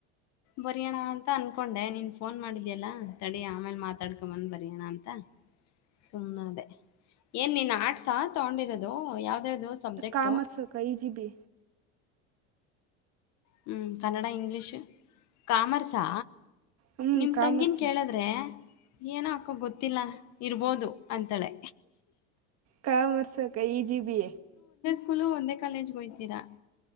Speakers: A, on the left; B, on the right.
A: ಬರಿಣ ಅಂತ ಅಂದಕೊಂಡೆ ನೀನು ಫೋನ್ ಮಾಡಿದ್ಯಲ್ಲ ತಡಿ ಆಮೇಲೆ ಮಾತಾಡ್ಕೊ ಬಂದ ಬರಯಣ ಅಂತ ಸುಮ್ಮ್ ಅದೇ ಏನ್ ನೀನ್ ಆರ್ಟ್ಸ್ ತಗೊಂಡಿರೋದು ಯಾವ್ದ ಯಾವ್ದು ಸಬ್ಜೆಕ್ಟ್
B: ಕಾಮರ್ಸಕ ಈಜಿ ಬಿ
A: ಹ್ಞ ಕನ್ನಡ ಇಂಗ್ಲೀಷ್ ಕಾಮರ್ಸಾ
B: ಹ್ಞೂ
A: ನಿಮ್
B: ಕಾಮರ್ಸು
A: ತಂಗೀನ್ ಕೇಳಿದ್ರೆ ಏನೋ ಹಾಕೋ ಗೊತ್ತಿಲ್ಲ ಇರ್ಬೋದು ಅಂತಳೆ
B: ಕಾಮರಸ ಅಕ್ಕ ಈಜಿ ಬಿ
A: ಸ್ಕೂಲ್ ಒಂದೇ ಕಾಲಜ್ಗೆ ಹಯ್ತೀರಾ